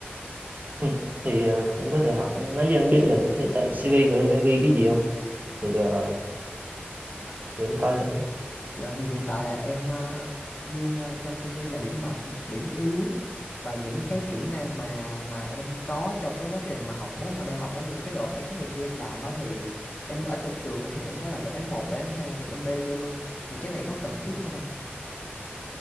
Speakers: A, on the right; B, on the left.
A: ừ. thì ờ, em có thể hỏi nói cho anh biết là hiện tại CV của em đang ghi cái gì không thì ờ, để anh coi thử
B: Dạ thì hiện tại là em ờ, ghi ờ, trong CV là điểm mạnh, điểm yếu và những cái kỹ năng mà mà em có trong cái quá trình mà học 4 năm đại học có những cái đồ án này kia em làm á thì em ở trong trường á thì em có làm đồ án một đồ án 2 thì em bê vô luôn. Thì cái này có cần thiết không anh?